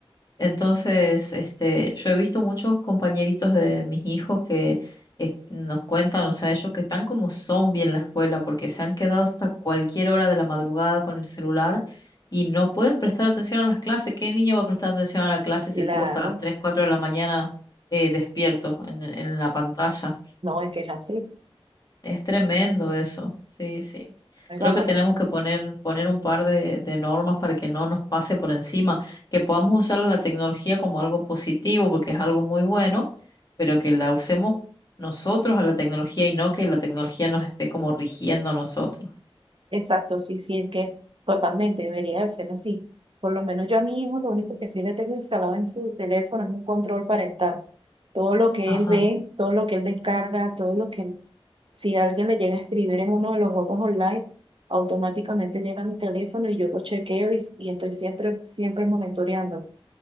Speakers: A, on the left; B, on the right.
A: Entonces, este, yo he visto muchos compañeritos de mis hijos que es- nos cuentan, o sea, ellos que están como zombies en la escuela porque se han quedado hasta cualquier hora de la madrugada con el celular y no pueden prestar atención a las clases. ¿Qué niño va a prestar atención a la clase si
B: Claro,
A: estuvo hasta las 3, 4 de la mañana eh, despierto en, en la pantalla?
B: no, es que es así.
A: Es tremendo eso, sí, sí.
B: Es
A: Creo
B: bárbaro.
A: que tenemos que poner, poner un par de, de normas para que no nos pase por encima, que podamos usar la tecnología como algo positivo, porque es algo muy bueno, pero que la usemos nosotros a la tecnología y no que la tecnología nos esté como rigiendo a nosotros.
B: Exacto, sí, sí, es que totalmente debería de ser así. Por lo menos yo a mi hijo lo único que sí le tengo instalado en su teléfono es un control parental. Todo lo que
A: Ajá,
B: él ve, todo lo que él descarga, todo lo que él- si alguien le llega a escribir en uno de los juegos online, automáticamente llega a mi teléfono y yo lo chequeo y, y estoy siempre, siempre monitoreando.